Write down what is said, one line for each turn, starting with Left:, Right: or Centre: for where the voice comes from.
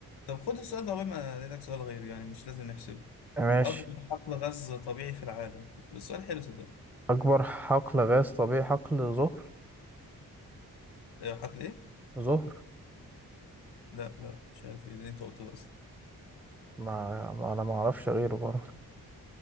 Left: طب خد السؤال ده قبل ما الاقي لك سؤال غير يعني مش لازم نحسبه
Centre: ماشي
Left: اكبر حقل غاز طبيعي في العالم السؤال حلو صدق
Centre: اكبر حقل غاز طبيعي حقل زهر
Left: آه، حقل ايه
Centre: زهر
Left: لا لا مش عارف ايه اللي انت قلته ده اصلا
Centre: ما, ما انا ما اعرفش غيره برضه